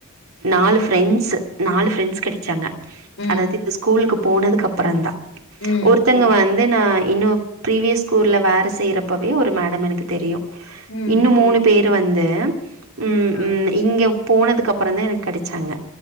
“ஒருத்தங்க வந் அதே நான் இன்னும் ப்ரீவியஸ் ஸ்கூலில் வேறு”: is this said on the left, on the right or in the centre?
Right